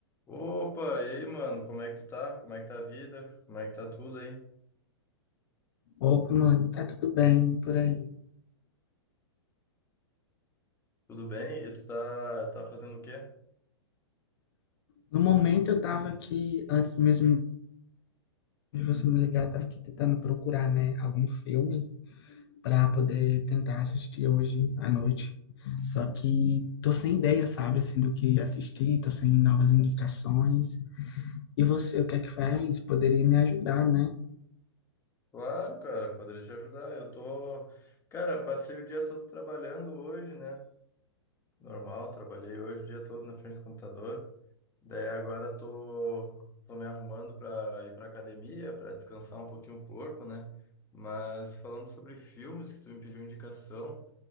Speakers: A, on the left (about 15°); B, on the left (about 60°).
A: Opa, e aí, mano, como é que tu tá? Como é que tá a vida? Como é que tá tudo aí?
B: Opa, mano, tá tudo bem por aí.
A: Tudo bem? E tu tá, tá fazendo o quê?
B: No momento eu tava aqui, antes mesmo de você me ligar, eu tava aqui tentando procurar, né, algum filme pra poder tentar assistir hoje à noite. Só que tô sem ideia, sabe, assim, do que assistir, tô sem novas indicações. E você, o que é que faz? Poderia me ajudar, né?
A: Claro, cara, poderia te ajudar. Eu tô. Cara, passei o dia todo trabalhando hoje, né? Normal, trabalhei hoje o dia todo na frente do computador. Daí agora tô, tô me arrumando pra ir pra academia, pra descansar um pouquinho o corpo, né? Mas falando sobre filmes que tu me pediu indicação.